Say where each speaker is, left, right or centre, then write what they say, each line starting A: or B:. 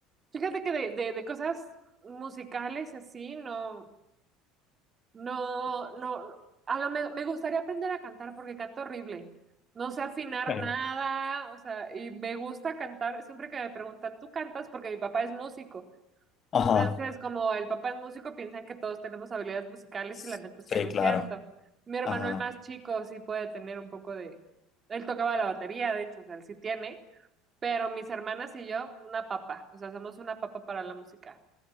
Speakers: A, on the right; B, on the left.
A: Fíjate que de, de, de cosas musicales y así, no, No, no, no. a lo me, me gustaría aprender a cantar porque canto horrible. No sé afinar
B: Claro.
A: nada, o sea, y me gusta cantar. Siempre que me preguntan, ¿tú cantas? Porque mi papá es músico.
B: Ajá.
A: Entonces, como el papá es músico, piensan que todos tenemos habilidades musicales
B: Sí,
A: y la neta es que no es
B: claro.
A: cierto. Mi hermano,
B: Ajá.
A: el más chico, sí puede tener un poco de... Él tocaba la batería, de hecho, o sea, él sí tiene, pero mis hermanas y yo, una papa, o sea, somos una papa para la música.